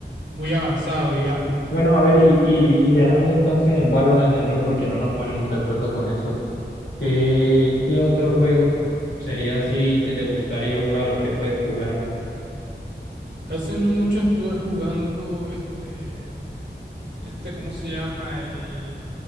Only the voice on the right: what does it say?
muy avanzado, digamos.
Hace no mucho estuve jugando este, este, ¿cómo se llama? El,